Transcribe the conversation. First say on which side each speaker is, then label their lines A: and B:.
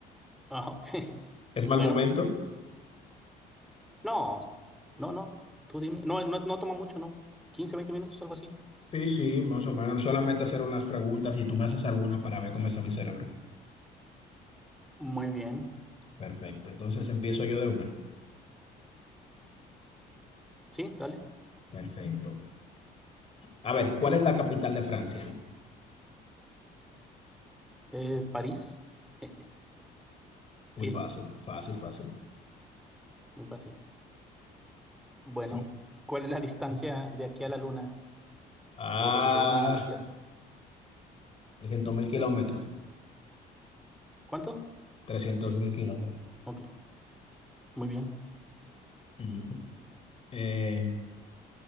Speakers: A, in the centre; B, on the left.
A: Ah, ok. <laughs>
B: ¿Es mal
A: Bueno,
B: momento?
A: pues no, no, no, tú dime. No, no, no toma mucho, ¿no? quince, 20 minutos, algo así.
B: Sí, sí, más o menos. Solamente hacer unas preguntas y tú me haces alguna para ver cómo está mi cerebro.
A: Muy bien.
B: Perfecto. Entonces empiezo yo de una.
A: Sí, dale.
B: Perfecto. A ver, ¿cuál es la capital de Francia?
A: Eh, París. <laughs> Sí,
B: Muy fácil,
A: ¿no?
B: fácil, fácil.
A: Muy fácil. Bueno,
B: Sí.
A: ¿cuál es la distancia de aquí a la Luna
B: Ah.
A: o de la Luna a la Tierra?
B: trescientos mil kilómetros.
A: ¿Cuánto?
B: trescientos mil kilómetros.
A: Ok, muy bien.
B: Ujú. Eh,